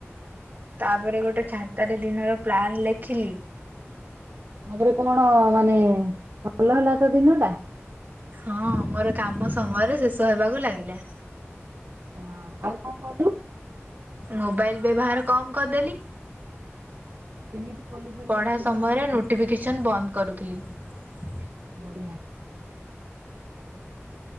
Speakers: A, on the right (about 40°); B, on the right (about 60°).
A: ତାପରେ ଗୋଟେ ଖାତାରେ ଦିନର ପ୍ଲାନ ଲେଖିଲି।
B: ତାପରେ କଣ ମାନେ ଭଲ ହେଲା ତ ଦିନ ଟା?
A: ହଁ ମୋର କାମ ସମୟରେ ଶେଷ ହେବାକୁ ଲାଗିଲା।
B: ହଁ ଆଉ କଣ କଲୁ?
A: ମୋବାଇଲ ବ୍ୟବହାର କମ କରିଦେଲି।
B: କେମିତି? କଲୁ ଫେରେ
A: ପଢ଼ା
B: ମୋବାଇଲ
A: ସମୟରେ
B: ବ୍ୟବହାର କଣ
A: ନୋଟିଫିକେସନ ବନ୍ଦ କରୁଥିଲି।
B: ବଢ଼ିଆ।